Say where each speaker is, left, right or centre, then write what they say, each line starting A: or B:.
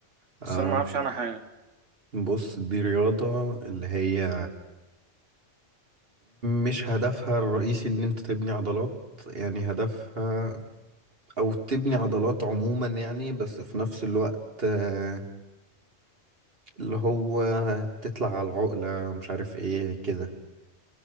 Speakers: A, on the right (about 50°); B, on the right (about 80°).
A: آه
B: بس أنا ما أعرفش عنها حاجة
A: بص دي رياضة اللي هي مش هدفها الرئيسي إن أنت تبني عضلات يعني هدفها أو تبني عضلات عموما يعني بس في نفس الوقت آه، اللي هو تطلع على العقلة مش عارف إيه كده